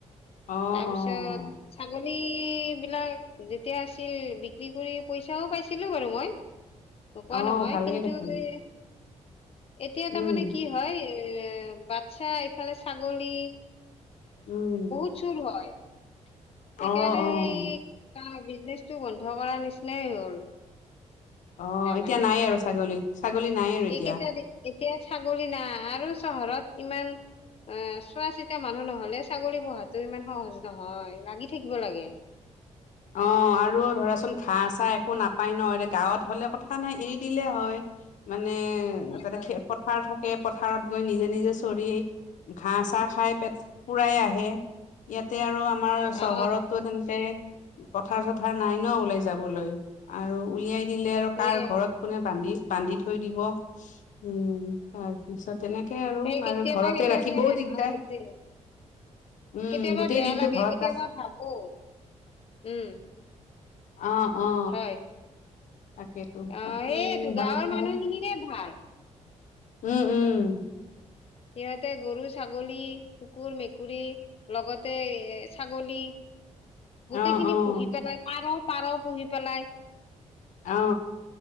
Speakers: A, on the left; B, on the left.
A: অ',
B: তাৰপিছত
A: অ',
B: ছাগলী পী বিলাক যেতিয়া আছিল বিক্ৰী কৰি পইচাও পাইছিলো বাৰু মই নোপোৱা
A: অ',
B: নহয়
A: ভালেই
B: কিন্তু
A: দেখোন
B: এ এতিয়া
A: উম,
B: তাৰমানে কি হয় এ বাচ্ছা এইফালে ছাগলী
A: উম
B: প্ৰচুৰ হয় সেইকাৰণে
A: অ', অ',
B: এই বিজনেচটো বন্ধ কৰাৰ নিচিনাই হ'ল
A: অ
B: তাৰমানে।
A: এতিয়া নাই আৰু ছাগলী, ছাগলী নাই আৰু
B: এইকেইটা
A: এতিয়া
B: দি- এতিয়া ছাগলী নাই আৰু চহৰত ইমান এ চোৱা চিতা মানুহ নহলে চাকৰি পোৱাটো ইমান সহজ নহয়, লাগি থাকিব লাগে।
A: অ্ঁ আৰু ধৰাচোন ঘাঁ চাহ একো নাপায় ন এ গাঁৱত হলে কথা নাই এৰি দিলে হয়। মানে
B: হয়
A: তাতে
B: হয়।
A: পথাৰ পথাৰত গৈ নিজে নিজে চৰি ঘাঁ চাহ খাই পেট পুৰাই আহে। ইয়াতে আৰু আম আমাৰ
B: অ
A: চহৰতটো তেনেকে পথাৰ চথাৰ নাই ন ওলাই যাবলৈ। আৰু উলিয়াই দিলে আৰু
B: সেইয়ে
A: কাৰ ঘৰত কোনে বান্ধি বান্ধি থৈ দিব উম তাৰপিছত তেনেকে আৰু
B: সেই কেতিয়াবা
A: আৰু ঘৰতে
B: সেইকাৰণে
A: ৰাখিবও
B: আহিছে
A: দিগদাৰ উম
B: কেতিয়াবা
A: গোটেই
B: বেয়া
A: দিনটো
B: লাগে
A: ঘৰত
B: কেতিয়াবা
A: ৰাখ
B: ভাবো উম
A: অ অ!
B: হয়
A: তাকেতো
B: অ
A: বাকী
B: সেইটো
A: হয়
B: গাঁৱৰ
A: দিয়া
B: মানুহখিনিৰে ভাল।
A: উম উম!
B: সিহতে গৰু ছাগলী কুকুৰ মেকুৰী লগতে এ ছাগলী <inaudible> গোটেই
A: অ
B: খিনি
A: অ উম,
B: পুহি পেলাই পাৰ পাৰ পুহি পেলাই
A: অ